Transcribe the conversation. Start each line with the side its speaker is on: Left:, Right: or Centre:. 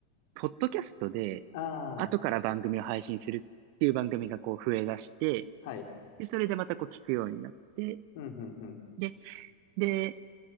Right: ポッドキャストで、
Left: ああ、
Right: 後から番組を配信するっていう番組がこう増え出して、
Left: はい。
Right: で、それでまたこう聞くようになって、
Left: うん、うん、うん。
Right: で、で、